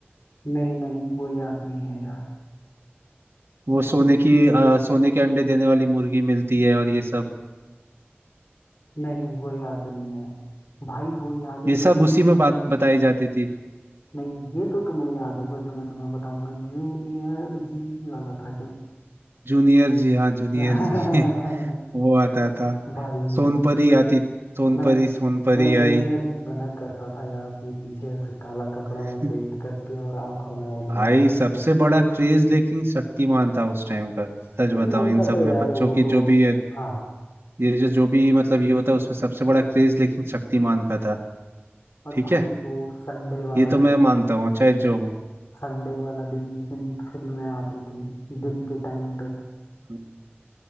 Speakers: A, on the left (about 70°); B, on the right (about 65°).
A: नहीं नहीं वो याद नहीं है यार
B: वो सोने की अ, सोने के अंडे देने वाली मुर्गी मिलती है और ये सब
A: नहीं वो याद नहीं है भाई वो याद है
B: ये सब
A: तुम्हें
B: उसी में बात बताई जाती थी
A: नहीं ये तो तुम्हें याद होगा जो मैं तुम्हें बताऊंगा जूनियर जी वाला था जो
B: जूनियर जी हाँ जूनियर
A: <laughs>
B: जी <laughs> वो आता था
A: भाई
B: सोनपरी आती सोनपरी
A: मैं
B: सोनपरी
A: मैं जूनियर
B: आई
A: जी बना करता था यार अपने पीछे से काला कपड़ा
B: <laughs>
A: लपेट करके और आंखों में वो
B: भाई
A: लगा करके
B: सबसे बड़ा क्रेज लेकिन शक्तिमान था उस टाइम का
A: शक्तिमान
B: सच बताऊं इन
A: का
B: सब
A: तो यार
B: में बच्चों
A: वो
B: की
A: तो
B: जो भी ये
A: हाँ
B: ये जो जो भी मतलब ये होता है उसमें सबसे बड़ा क्रेज लेकिन शक्तिमान का था
A: और
B: ठीक
A: भाई
B: है
A: वो संडे वाला
B: ये तो मैं मानता हूँ चाहे जो हो
A: संडे वाला दिन जिस दिन फिल्में आती थी दिन के टाइम पे
B: हम्म।